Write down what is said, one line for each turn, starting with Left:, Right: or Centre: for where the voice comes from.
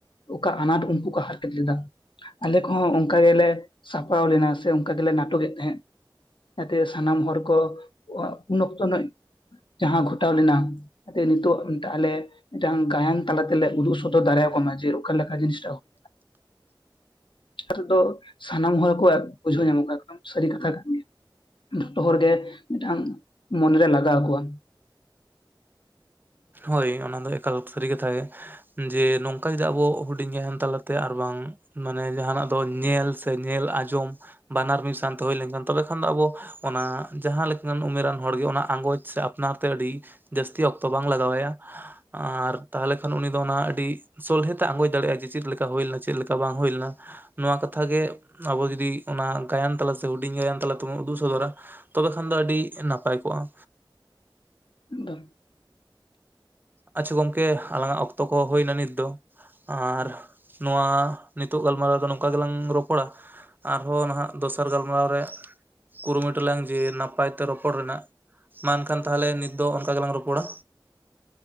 Left: ᱚᱠᱟ ᱟᱱᱟᱴ ᱩᱱᱠᱩ ᱠᱚ᱾ <unintelligible> <unintelligible> ᱪᱮᱫᱟᱜ ᱟᱞᱮ ᱠᱚᱦᱚᱸ ᱚᱱᱠᱟ ᱜᱮᱞᱮ ᱥᱟᱯᱲᱟᱣ ᱞᱮᱱᱟ ᱥᱮ ᱚᱱᱠᱟ ᱜᱮᱞᱮ ᱱᱟᱴᱚᱠ ᱮᱫ ᱛᱟᱦᱮᱸᱫ᱾ ᱡᱟᱛᱮ ᱥᱟᱱᱟᱢ ᱦᱚᱲ ᱠᱚ ᱩᱱ ᱚᱠᱛᱚ <unintelligible> ᱡᱟᱦᱟ ᱜᱷᱚᱴᱟᱣ ᱞᱮᱱᱟ᱾ <unintelligible> ᱱᱤᱛᱳᱜ ᱢᱮᱛᱟᱜ ᱟᱞᱮ᱾ ᱢᱤᱫ ᱴᱟᱝ ᱜᱟᱭᱟᱱ ᱛᱟᱞᱟ ᱛᱮᱞᱮ ᱩᱫᱩᱜ ᱥᱚᱫᱚᱨ ᱫᱟᱲᱮᱭᱟ ᱠᱟᱱᱟ ᱡᱮ ᱚᱠᱟ ᱞᱮᱠᱟ ᱡᱤᱱᱤᱥ ᱴᱟᱜ ᱾
Right: <inaudible>
Left: <unintelligible> ᱫᱚ ᱥᱟᱱᱟᱢ ᱦᱚᱲ ᱠᱚ ᱵᱩᱡᱷᱟᱹᱣ ᱧᱟᱢ <unintelligible> ᱮᱠᱫᱚᱢ ᱥᱟᱹᱨᱤ ᱠᱟᱛᱷᱟ ᱠᱟᱱ᱾ ᱜᱮᱭᱟ ᱡᱷᱚᱛᱚ ᱦᱚᱲ ᱜᱮ ᱢᱤᱫ ᱴᱟᱝ ᱢᱚᱱᱮ ᱨᱮ ᱞᱟᱜᱟᱣ ᱟᱠᱚᱣᱟ᱾
Right: ᱦᱳᱭ ᱚᱱᱟ ᱫᱚ ᱮᱠᱟᱞ ᱥᱟᱹᱨᱤ ᱠᱟᱛᱷᱟ ᱜᱮ ᱡᱮ ᱱᱚᱝᱠᱟ ᱡᱩᱫᱤ ᱟᱵᱚ ᱦᱩᱰᱤᱧ ᱜᱟᱭᱲᱱ ᱛᱟᱞᱟ ᱛᱮ ᱟᱨ ᱵᱟᱝ᱾ ᱢᱟᱱᱮ ᱡᱟᱦᱟ ᱱᱟᱜ ᱫᱚ ᱧᱮᱞ ᱥᱮ ᱧᱮᱞ ᱟᱸᱡᱚᱢ ᱵᱟᱱᱟᱨ ᱢᱤᱫ ᱥᱟᱶ ᱛᱮ ᱦᱩᱭ ᱞᱮᱱ ᱠᱷᱟᱱ ᱛᱚᱵᱮ ᱠᱷᱟᱱ ᱫᱚ ᱟᱵᱚ᱾ ᱚᱱᱟ ᱡᱟᱦᱟ ᱞᱮᱠᱟᱱ ᱩᱢᱮᱨᱟᱱ ᱦᱚᱲ ᱜᱮ ᱚᱱᱟ ᱟᱸᱜᱚᱪ ᱥᱮ ᱟᱯᱱᱟᱨ ᱛᱮ ᱟᱹᱰᱤ ᱡᱟᱹᱥᱛᱤ ᱚᱠᱛᱚ ᱵᱟᱝ ᱞᱟᱜᱟᱣ ᱟᱭᱟ ᱟᱨ ᱛᱟᱞᱦᱮ ᱠᱷᱟᱱ ᱩᱱᱤ ᱫᱚ ᱚᱱᱟ ᱟᱹᱰᱤ ᱥᱚᱞᱦᱮ ᱛᱮ ᱟᱸᱜᱚᱪ ᱫᱟᱲᱮᱜ-ᱟᱭ ᱡᱮ ᱪᱮᱫ ᱞᱮᱠᱟ ᱦᱳᱭ ᱞᱮᱱᱟ ᱪᱮᱫ ᱞᱮᱠᱟ ᱵᱟᱝ ᱦᱳᱭ ᱞᱮᱱᱟ। ᱱᱚᱣᱟ ᱠᱟᱛᱷᱟ ᱜᱮ ᱟᱵᱚ ᱡᱩᱫᱤ ᱚᱱᱟ ᱜᱟᱭᱟᱱ ᱛᱟᱞᱟ ᱥᱮ ᱦᱩᱰᱤᱧ ᱜᱟᱭᱟᱱ ᱛᱟᱞᱟ ᱛᱮ ᱵᱚᱱ ᱩᱫᱩᱜ ᱥᱚᱫᱚᱨᱟ ᱛᱚᱵᱮ ᱠᱷᱟᱱ ᱫᱚ ᱟᱹᱰᱤ ᱱᱟᱯᱟᱭ ᱠᱚᱜᱼᱟ।
Left: ᱟᱫᱚ
Right: ᱟᱪᱪᱷᱟ ᱜᱚᱝᱠᱮ ᱟᱞᱟᱝ ᱟᱜ ᱚᱠᱛᱚ ᱠᱚ ᱦᱩᱭᱱᱟ ᱱᱤᱛ ᱫᱚ ᱟᱨ ᱱᱚᱣᱟ ᱱᱤᱛᱚᱜ ᱜᱟᱞᱢᱟᱨᱟᱣ ᱫᱚ ᱱᱚᱝᱠᱟ ᱜᱮᱞᱟᱝ ᱨᱚᱯᱚᱲᱟ ᱟᱨᱦᱚᱸ ᱱᱟᱦᱟᱜ ᱫᱚᱥᱟᱨ ᱜᱟᱞᱢᱟᱨᱟᱣ ᱨᱮ ᱠᱩᱨᱩᱢᱩᱴᱩ ᱞᱟᱝ ᱡᱮ ᱱᱟᱯᱟᱭ ᱛᱮ ᱨᱚᱯᱚᱲ ᱨᱮᱱᱟᱜ। ᱢᱟ ᱮᱱᱠᱷᱟᱱ ᱛᱟᱞᱦᱮ ᱱᱤᱛ ᱫᱚ ᱚᱱᱠᱟ ᱜᱮᱞᱟᱝ ᱨᱚᱯᱚᱲᱟ।